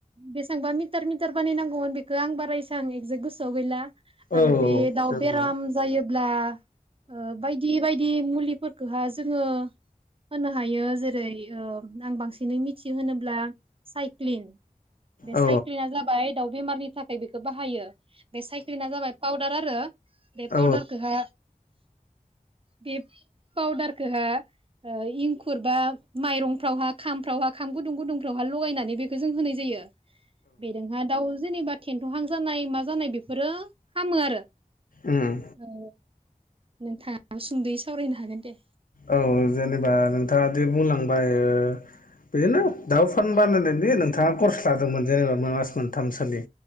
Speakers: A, on the right (about 40°); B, on the left (about 65°).
A: बेसेबां मिटार मिटार बानायनांगौमोन बेखो आं बारा इसां एक्जो गोसोआव गैला आरो
B: औ
A: बे दाउ
B: जेबो
A: बेराम
B: नङा
A: जायो ब्ला ओ बायदि बायदि मुलिफोरखौ हा जोङो होननो हायो जेरै ओ नां बांसि बिनो मिथिहोब्ला साइक्लिन बे
B: ओं औ
A: साइक्लिना जाबाय दाउ बेमारनि थाखाय बेखौ बाहायो बे साइक्लिना जाबाय पाउदार आरो बे
B: औ
A: पावदारखोहा बे पावदारखोहा। ओ इंखुर बा माइरंफ्रावहा खामफ्रावहा खाम गुदुं गुदुंफ्रावहा लगायनानै बेखौ जों होनाय जायो। बेदोंहा दाउ जेनेबा थेनथहां जानाय मा जानाय बेफोरो हामो आरो।
B: उम
A: औ नोंथाङा सुंद'यै सावरायनो हागोन दे।
B: औ जेनेबा नोंथाङााद बुंलांबाय ओ बेनो दाउ फानबानो नोंदि नोंथाङा कर्साजों मोनजायो मास मोनथाम सोनि